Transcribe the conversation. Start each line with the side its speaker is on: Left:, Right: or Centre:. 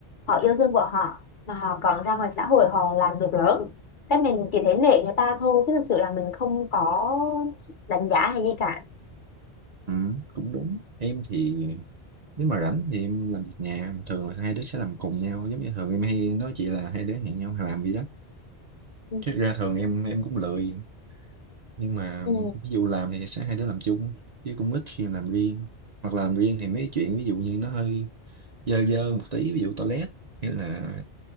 Left: họ yêu thương vợ họ mà họ còn ra ngoài xã hội họ làm việc lớn cái mình chỉ thấy nể người ta thôi chứ thực sự là mình không có đánh giá hay gì cả
Right: Ừ, cũng đúng. Em thì nếu mà rảnh thì em làm việc nhà, thường là hai đứa sẽ làm cùng nhau, giống như thường em hay nói chị là hai đứa hẹn nhau làm gì đó.
Left: ừ.
Right: Chứ ra thường em em cũng lười, nhưng mà
Left: Ừ.
Right: ví dụ làm thì sẽ hai đứa làm chung, chứ cũng ít khi làm riêng. Hoặc là làm riêng thì mấy chuyện ví dụ như nó hơi dơ dơ một tí, ví dụ toilet hay là